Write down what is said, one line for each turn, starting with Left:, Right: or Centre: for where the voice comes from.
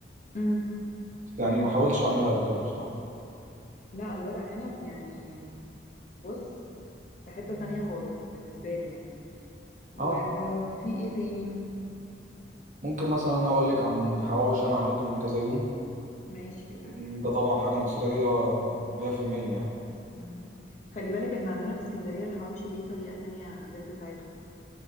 Left: امم
Right: بس يعني ما حاولتش اعملها قبل كده بصراحه
Left: لا الورق عنب يعني بص في حتة تانية خالص بالنسبة لي يعني وفي
Right: اه
Left: إيه تاني
Right: ممكن مثلا انا اقول لك عن حواوشي انا عملته من كذا يوم
Left: ماشي قول
Right: م- ده طبعا حاجه مصريه 100% يعني
Left: مم. خلي بالك احنا عندنا في اسكندرية الحواوشي ليه طريقة تانية غير بتاعتكم